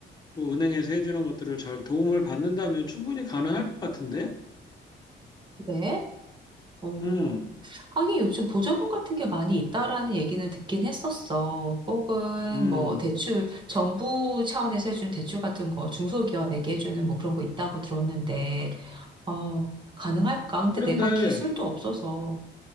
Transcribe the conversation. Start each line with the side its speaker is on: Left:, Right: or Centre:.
Left: 또 은행에서 해주는 것들을 잘 도움을 받는다면 충분히 가능할 것 같은데?
Right: 그래? 어,
Left: 음,
Right: 하긴 요즘 보조금 같은 게 많이 있다라는 얘기는 듣긴 했었어. 혹은
Left: 음.
Right: 뭐 대출, 정부 차원에서 해주는 대출 같은 거, 중소기업에게 해주는 뭐 그런 거 있다고 들었는데, 어, 가능할까? 근데
Left: 그런데,
Right: 내가 기술도 없어서,